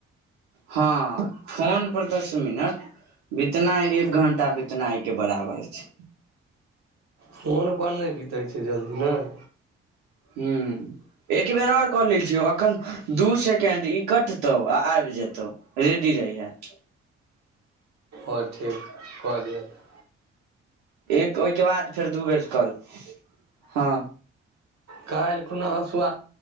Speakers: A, on the right; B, on the right.
A: हँ फोनपर दस मिनट बितनाइ एक
B: छै
A: घंटा बितना एहि के बराबर छै
B: फोनपर नहि बितैत छै जल्दी नहि
A: हं एक बेेर आर कऽ लेल छियै अखन दू सेकेंड ई कटतौ आ आबि जेतौ रेडी रहिहे
B: ओर ठीक कऽ जेतै
A: एक ओहिके बाद फेर दू बेर कॉल हँ
B: काल्हि खुना हँसुआ